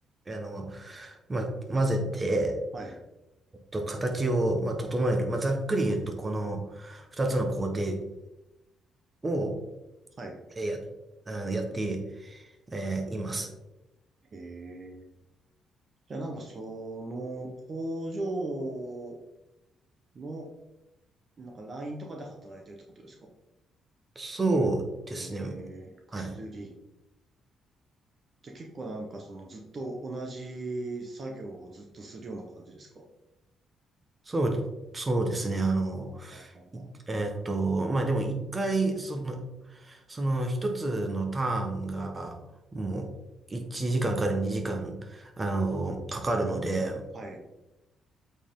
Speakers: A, on the right; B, on the right.
A: あの、まあ、混ぜて、
B: はい、
A: えっと、形を、まあ、整える。まあ、ざっくり言うと、この2つの工程を、
B: はい。
A: えーや、あのやって、えーいます。
B: ええじゃあなんかその、工場の、なんかラインとかで働いてるってことですか
A: そうですね。
B: ええ薬。
A: はい。
B: じゃあ結構なんかそのずっと同じ作業をずっとするような感じですかは
A: そう、そうですね。あの、
B: ははは。
A: いえーっと、まあでも一回、その、その一つのターンが、もう、1時間かんから2時間、あの、かかるので、
B: はい、